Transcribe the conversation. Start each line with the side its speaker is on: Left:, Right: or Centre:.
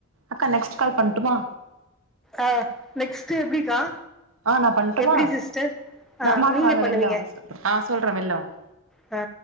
Right: அக்கா நெக்ஸ்ட் கால் பண்ணட்டுமா
Centre: ஆ நெக்ஸ்ட் எப்டிக்கா
Right: ஆ நு பண்ணட்டோமா
Centre: எப்டி சிஸ்டர் ஆ
Right: வா வாங்க
Centre: நீங்க
Right: வாங்க
Centre: பண்ணுவீங்க
Right: வெளில வாங்க சொல்றே ஆ சொல்றே வெளில வாங்க
Centre: ஆ